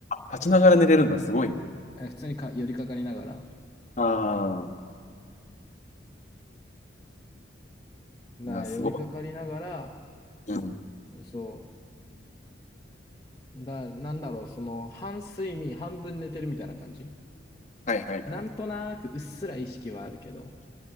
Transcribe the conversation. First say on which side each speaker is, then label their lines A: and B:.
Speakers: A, on the left (about 40°); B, on the left (about 20°).
A: 立ちながら寝れるんだ。すごいね。
B: え普通にか寄りかかりながら。
A: ああ、
B: な、
A: いや、すご
B: 寄りかかりながら、
A: い。うん。
B: そう。だ、なんだろう、その、半睡眠、半分寝てるみたいな感じ。
A: はいはいはい。
B: なんとなくうっすら意識はあるけど、